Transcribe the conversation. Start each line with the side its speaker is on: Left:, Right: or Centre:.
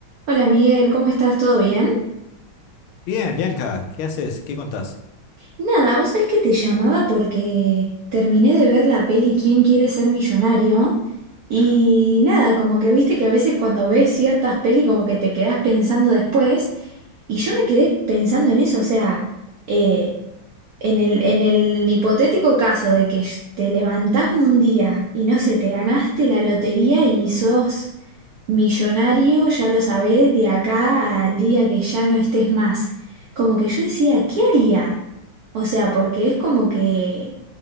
Right: Hola Miguel, ¿cómo estás? ¿Todo bien?
Left: Bien, Bianca, ¿qué haces? ¿Qué contás?
Right: Nada, vos sabés que te llamaba porque terminé de ver la peli ¿Quién quiere ser millonario? Y nada, como que viste que a veces cuando ves ciertas peli como que te quedás pensando después y yo me quedé pensando en eso, o sea, eh, en el, en el hipotético caso de que te levantás un día y no sé, te ganaste la lotería y sos Millonario, ya lo sabés, de acá al día que ya no estés más. Como que yo decía, ¿qué haría? O sea, porque es como que,